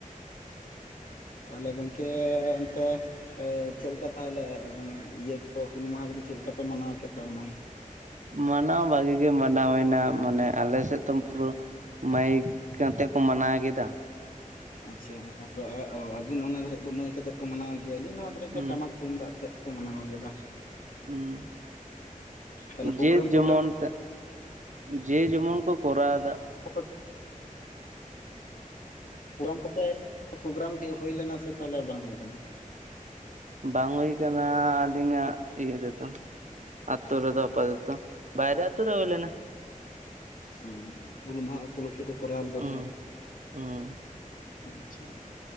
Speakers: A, on the left; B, on the right.
A: ᱛᱟᱦᱚᱞᱮ ᱜᱚᱢᱠᱮ ᱮᱱᱛᱮ ᱪᱮᱫ ᱞᱮᱠᱟ ᱛᱟᱦᱚᱞᱮ ᱢᱟᱱᱮ ᱤᱭᱟᱹ ᱠᱚ ᱛᱚ ᱦᱩᱞ ᱢᱟᱦᱟ ᱠᱚᱫᱚ ᱪᱮᱫ ᱞᱮᱠᱟ ᱯᱮ ᱢᱟᱱᱟᱣ ᱠᱮᱫ ᱛᱟᱵᱚᱱᱟ ᱾
B: ᱢᱟᱱᱟᱣ ᱵᱷᱟᱹᱜᱤ ᱜᱮ ᱢᱟᱱᱟᱣᱱᱟ, ᱢᱟᱱᱮ ᱟᱞᱮ ᱥᱮᱫ ᱫᱚᱢ ᱯᱩᱨᱟ ᱢᱟᱹᱭᱤᱠ ᱠᱟᱛᱮ ᱠᱚ ᱢᱟᱱᱟᱣ ᱠᱮᱫᱟ᱾
A: ᱟᱪᱪᱷᱟ ᱛᱯᱚᱨᱮ <unintelligible> ᱟᱹᱵᱤᱱ ᱚᱱᱟ ᱫᱷᱟᱨᱤᱡ ᱫᱚ ᱢᱟᱹᱭᱤᱠ ᱠᱟᱛᱮᱫ ᱠᱚ ᱢᱟᱱᱟᱣ ᱜᱮᱭᱟ, ᱟᱹᱞᱤᱧ ᱱᱚᱣᱟ ᱫᱷᱟᱨᱤᱡ
B: ᱦᱩᱸ
A: ᱫᱚ ᱴᱟᱢᱟᱠ ᱛᱩᱢᱫᱟᱜ, ᱛᱮᱫ ᱠᱚ ᱢᱟᱱᱟᱣ ᱠᱮᱫᱟ᱾
B: ᱦᱮᱸ
A: ᱛᱟᱦᱚᱞᱮ ᱯᱨᱳᱜᱨᱟᱢ
B: ᱡᱮ ᱡᱮᱢᱚᱱ
A: ᱴᱳᱜᱨᱟᱢ
B: ᱴᱟ ᱡᱮ ᱡᱮᱢᱚᱱ ᱠᱚ ᱠᱚᱨᱟᱣ ᱮᱫᱟ᱾
A: ᱠᱚᱯᱮ ᱯᱨᱳᱨᱟᱢ ᱠᱚᱯᱮ, ᱯᱨᱳᱜᱨᱟᱢ ᱠᱮ ᱦᱩᱭ ᱞᱮᱱᱟ ᱥᱮ ᱛᱟᱦᱞᱮ ᱵᱟᱝ ᱦᱩᱭ ᱞᱮᱱᱟ?
B: ᱵᱟᱝ ᱦᱩᱭ ᱠᱟᱱᱟ, ᱟᱹᱞᱤᱧᱟᱜ ᱤᱭᱟᱹ ᱨᱮᱫᱚ, ᱟᱹᱛᱳ ᱨᱮᱫᱚ ᱟᱯᱟᱛᱚᱛᱚ ᱛᱚ ᱵᱟᱭᱨᱮ ᱟᱛᱳ ᱨᱮ ᱦᱩᱭ ᱞᱮᱱᱟ᱾
A: ᱦᱩ ᱦᱩᱞ ᱢᱟᱦᱟ ᱩᱯᱞᱚᱠᱷᱮ ᱠᱚ ᱠᱚᱨᱟᱣ ᱞᱮᱫᱟ
B: ᱚ, ᱚ
A: ᱟᱪᱷᱟ,